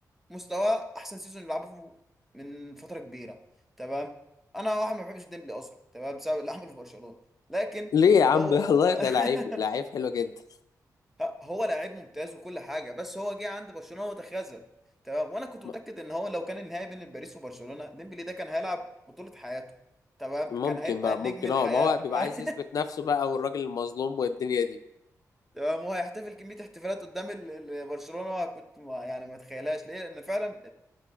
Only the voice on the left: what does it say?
ليه يا عم
<laughs> والله
ده لعيب لعيب حلو جدا
م-
ممكن
بقى
ممكن
اه ما هو بيبقى
عايز يثبت نفسه بقى والراجل المظلوم والدنيا دي